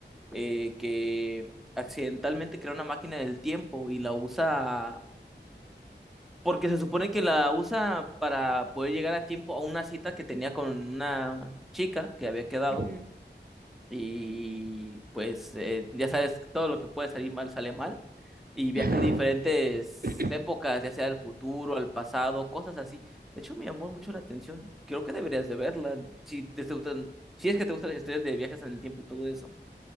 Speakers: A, in the centre; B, on the right (about 55°).
A: eh, que accidentalmente crea una máquina del tiempo y la usa porque se supone que la usa para poder llegar a tiempo a una cita que tenía con una chica que había quedado
B: Ujú.
A: y pues eh, ya sabes, todo lo que puede salir mal sale mal. Y viaja
B: <laughs>
A: a diferentes épocas,
B: <clears throat>
A: ya sea al futuro, al pasado, cosas así. De hecho, me llamó mucho la atención. Creo que deberías de verla. Si te te gustan, si es que te gustan las historias de viajes en el tiempo y todo eso,